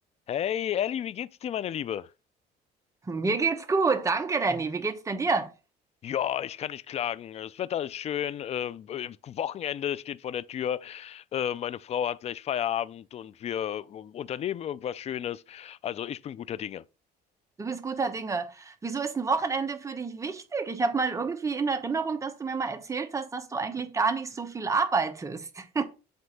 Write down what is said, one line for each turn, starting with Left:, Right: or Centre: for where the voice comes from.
Left: Hey Elli, wie geht's dir, meine Liebe?
Right: Mir geht's gut. Danke, Danny. Wie geht's denn dir?
Left: Ja, ich kann nicht klagen. Das Wetter ist schön. Äh, Wochenende steht vor der Tür. Äh, meine Frau hat gleich Feierabend und wir unternehmen irgendwas Schönes. Also ich bin guter Dinge.
Right: Du bist guter Dinge. Wieso ist ein Wochenende für dich wichtig? Ich habe mal irgendwie in Erinnerung, dass du mir mal erzählt hast, dass du eigentlich gar nicht so viel arbeitest. <laughs>